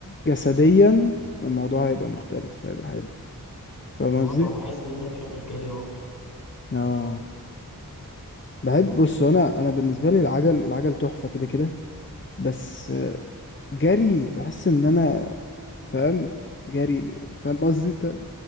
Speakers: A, on the left; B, on the left.
A: جسديا الموضوع هيبقى مختلف هيبقى حلو فاهم
B: أنا برضه
A: قصدي؟
B: بحس إن أنت بتحب الجري أكتر
A: اه بحب بص انا انا بالنسبة لي العجل العجل تحفة كده كده بس جري بحس ان انا فاهم جري فاهم قصدي انت